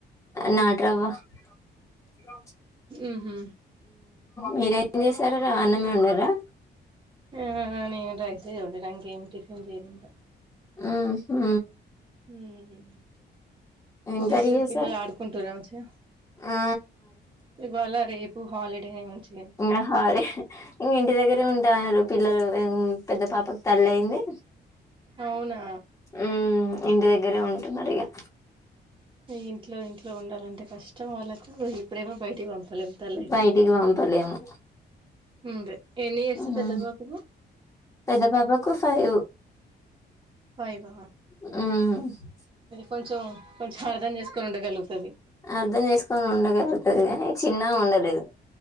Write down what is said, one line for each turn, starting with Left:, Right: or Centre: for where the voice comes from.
Left: నాట్రవ్వ శ్రీరామ్
Right: ఉహు
Left: మీరేం చేసారు రా అన్నమే వండరా
Right: ఆ నేను రైసే వండిన ఇంకెమ్ టిఫిన్ చేయలే ఇంకా
Left: ఉహు
Right: ఉహ్ ఏం
Left: ఏం
Right: చేసురు
Left: కర్రీ చేశారు
Right: పిల్లలు ఆడుకుంటురామంచా
Left: ఆ
Right: ఇవాళ రేపు హాలిడేనే మంచి
Left: ఆహ్ అదే ఇంగ ఇంటి దగ్గరే ఉంటన్నారు పిల్లలు ఉహ్ పెద్ద పాపకి తల్లయింది
Right: అవునా
Left: ఉమ్ ఇంటి దగ్గరే ఉంటున్నారిగా
Right: ఏం ఇంట్లో ఇంట్లో ఉండాలంటే కష్టం వాళ్ళకు ఇప్పుడేమో బయటిక్ పంపలేం తలైయితే
Left: బయటికి పంపలేము
Right: అంతే ఎన్ని ఇయర్స్
Left: ఉమ్
Right: పెద్ద పాపకు
Left: పెద్ద పాపకు ఫైవ్
Right: ఫైవ్
Left: మ్
Right: కొంచెం కొంచెం అర్థం చేసుకొని ఉండగలగుతది
Left: అర్ధం చేసుకొని ఉండగలుగుతది కాని చిన్నమే ఉండలేదు.